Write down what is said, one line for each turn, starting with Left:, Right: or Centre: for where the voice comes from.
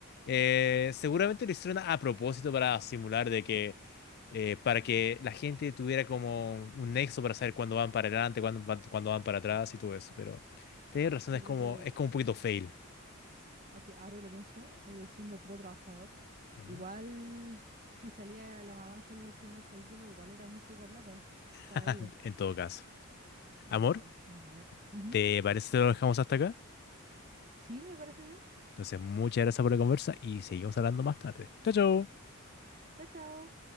Left: eh, seguramente lo hicieron a propósito para simular de que, eh, para que la gente tuviera como un nexo para saber cuándo van para adelante, cuándo van, cuándo van para atrás y todo eso. Pero tienes razón,
Right: Yo
Left: es
Right: creo
Left: como,
Right: que
Left: es como un poquito fail.
Right: Aunque ahora que lo pienso, eh, siendo pro trabajador,
Left: Ujú.
Right: igual si salía la mamá solo los primeros capítulos, igual era muy poca plata para
Left: <laughs>
Right: ella.
Left: En todo caso.
Right: Sí,
Left: Amor,
Right: igual, nada que ver. Ujú.
Left: ¿te parece que lo dejamos hasta acá?
Right: Sí, me parece bien.
Left: Entonces, muchas gracias por la conversa y seguimos hablando más tarde. Chao, chao.
Right: Chao, chao.